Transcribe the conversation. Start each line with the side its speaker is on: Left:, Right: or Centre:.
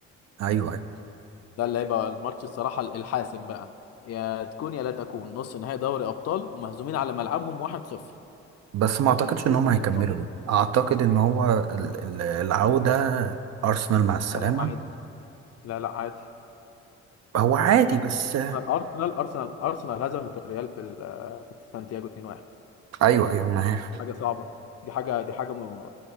Right: ايوه أيوه.
Left: ده اللي هيبقى الماتش الصراحه الحاسم بقى يا تكون يا لا تكون نص نهائي دوري ابطال ومهزومين على ملعبهم 1-0
Right: بس ما
Left: يعني
Right: اعتقدش
Left: دي دي
Right: ان هم هيكملوا
Left: اللي متوقع
Right: دول. اعتقد ان هو ال- ال- العودة ارسنال مع السلامة
Left: لا عادي لا لا عادي
Right: هو عادي
Left: آه،
Right: بس
Left: ارسنال ارسنال ارسنال ارسنال هزمت الريال في ال- آه، في سانتياغو 2-1
Right: ايوه ايوه انا عارف
Left: حاجه صعبه دي حاجه دي حاجه م...